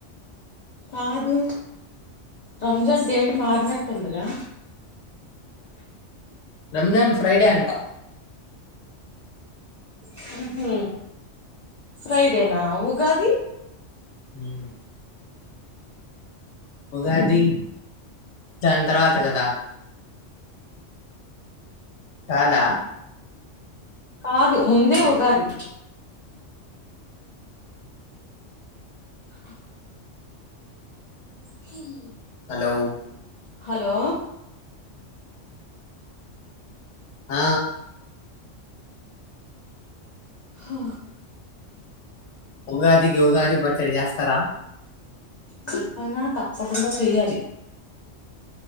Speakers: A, on the left; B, on the left.
A: కాదు రంజాన్ డేట్ మారినట్టు ఉందిగా
B: రంజాన్ ఫ్రైడే అంటా
A: హుమ్ హు ఫ్రైడేనా ఉగాది
B: హుమ్ ఉగాది దాని తర్వాత గదా కాదా
A: కాదు ముందే ఉగాది అ హుమ్
B: లౌ
A: హలో
B: ఆ
A: హో
B: ఉగాదికి ఉగాది పచ్చడి చేస్తరా
A: ఖచ్చితంగా తప్పకుండా చెయ్యాలి